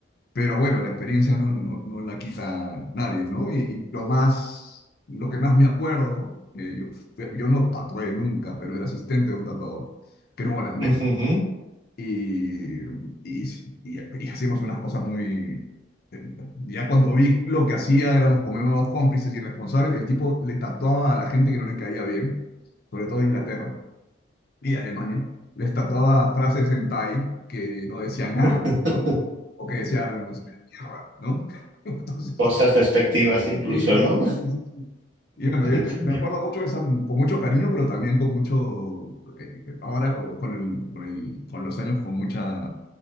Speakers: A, on the left; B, on the right.
A: Pero bueno, la experiencia no, no, no la quita nadie, ¿no? Y, y lo más, lo que más me acuerdo, eh, yo, fue- yo no tatué nunca, pero era asistente de un tatuador, que era un holandés,
B: Ujujú.
A: y, y, y, y hacíamos unas cosas muy... eh, Ya cuando vi lo que hacía, éramos como unos cómplices irresponsables, el tipo le tatuaba a la gente que no le caía bien, sobre todo de Inglaterra y Alemania les tatuaba frases en Thai que no decían nada,
B: <laughs>
A: ¿no? O que decían no sé, tierra, ¿no? <laughs> Entonces,
B: Cosas despectivas incluso,
A: sí,
B: ¿no?
A: sí, sí, sí, sí, sí. Y bueno,
B: <laughs>
A: yo, eh, me acuerdo mucho de esa, con mucho cariño, pero también con mucho, eh, ahora con, con el, con el- con los años, con mucha,